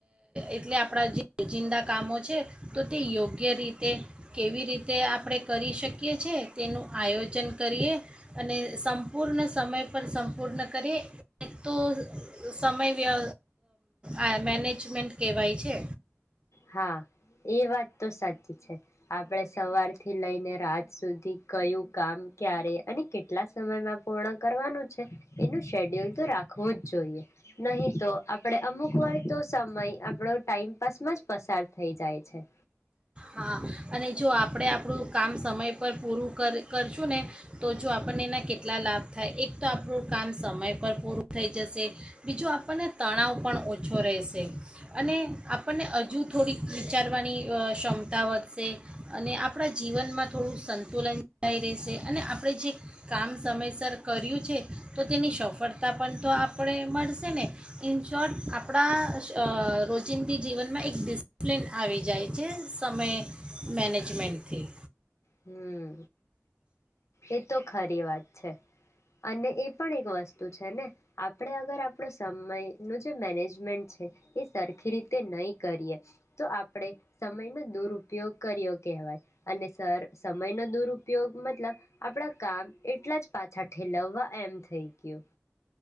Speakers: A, on the right; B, on the left.
A: એટલે આપણા જે રોજિંદા કામો છે તો તે યોગ્ય રીતે કેવી રીતે આપણે કરી શકીએ છેીએ તેનું આયોજન કરીએ અને સંપૂર્ણ સમય પર સંપૂર્ણ કરીે તો સમય આ મેનેજમેન્ટ કહેવાય છે.
B: હા એ વાત તો સાચી છે. આપડે સવાર થી લઈ ને રાત સુધી કયું કામ ક્યારે અને કેટલા સમયમાં પૂર્ણ કરવાનું છે એનું શેડ્યુલ તો રાખવું જ જોઈએ. નહીં તો આપણે અમુકવાર તો સમય આપણો ટાઈઇમપાસમાં પસાર થઈ જાય છે.
A: હા અને જો આપડે આપણું કામ સમય પર પૂરું કર કરશું ને તો જો આપણને એના કેટલા લાભ થાય એક તો આપણું કામ સમય પર પૂરું થઈ જશે. બીજું આપણને તણાવ પણ ઓછો રહેશે. અને આપણને હજુ થોડીક વિચારવાની ક્ષમતા તા વધશે અને આપણા જીવનમાં થોડું સંતુલન જળવાઈ રહેશે અને આપણે જે કામ સમયસર કર્યું છે તો તેની સફળતા પણ તો આપણે મળશે ને. ઇન શોર્ટ આપણા રોજિંદી જીવનમાં એક ડિસિપ્લિન આવી જાય છે. સમય મેનેજમેન્ન્ટથી.
B: હમ એ તો ખરી વાત છે. અને એ પણ એક વસ્તુ છે ને આપણે અગર આપણો સમયનું જે મેનેજમેન્ટ છે એ સરખી રીતે નહી કરીએ તો આપણે સમયનો દુરુપયોગ કર્યો કહેવાય અને સર સમયનો દુરપયોગ મતલબ આપણા કામ એટલા જ પાછા ઠેલવવા એમ થઈ ગયું.